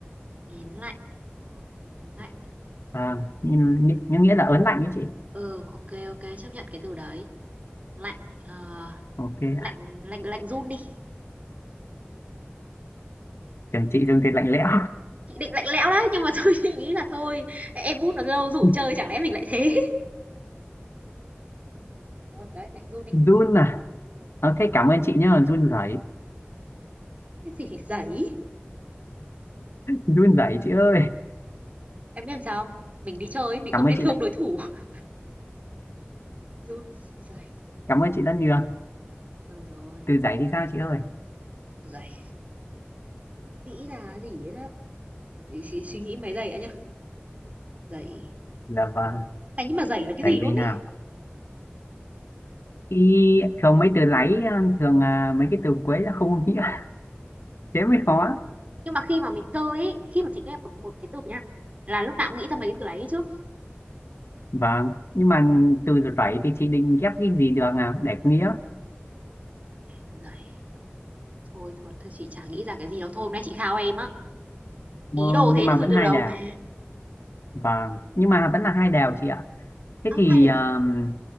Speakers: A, on the right; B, on the left.
A: nghén lạnh, ừ, nghén lạnh,
B: Ờ, nhưng, nhưng nghĩa là ớn lạnh đấy chị
A: ừ, ok ok chấp nhận cái từ đấy, lạnh, ờ
B: ok
A: Lạnh
B: ạ
A: lạnh lạnh run đi,
B: tưởng chị dùng từ lạnh lẽo
A: chị định lạnh lẽo đấy, nhưng mà <laughs> thôi chị nghĩ là thôi, em bút nó lâu rủ
B: <laughs>
A: chơi chẳng lẽ mình lại thế. Thôi, đấy, lạnh run đi.
B: run à
A: Ừ.
B: ok cảm ơn chị nhá run rẩy
A: Cái gì giấy?
B: run rẩy chị ơi
A: Em biết làm sao không? Mình đi chơi mình
B: cảm
A: không nên
B: ơn chị
A: thương
B: đã,
A: đối thủ. <laughs> Run giày.
B: cảm ơn chị rất nhiều
A: được rồi,
B: từ giấy thì sao chị ơi
A: giày. Nghĩ là cái gì đấy đó. Để suy, suy nghĩ mấy giây đã nhá. Giày.
B: dạ vâng
A: Này nhưng mà giày là cái
B: giấy
A: gì luôn
B: gì nào
A: ý?
B: thì thường mấy từ lấy thường à, mấy cái từ cuối là không có nghĩa <laughs> thế mới khó
A: Nhưng mà khi mà mình chơi ấy, khi mà chị nghe một một cái từ nha, là lúc nào cũng nghĩ ra mấy cái từ đấy trước.
B: vâng nhưng mà từ rẩy thì chị định ghép cái gì được à để có nghĩa
A: Giày. Thôi thôi, thôi chị chả nghĩ ra cái gì đâu. Thôi hôm nay chị khao em á. Ý
B: ờ,
A: đồ
B: nhưng
A: thế
B: mà
A: được
B: vẫn
A: từ từ
B: hai
A: đầu
B: đều
A: mà.
B: Vâng, nhưng mà vẫn là hai đều chị ạ. Thế
A: À,
B: thì
A: thay đều
B: um,
A: à?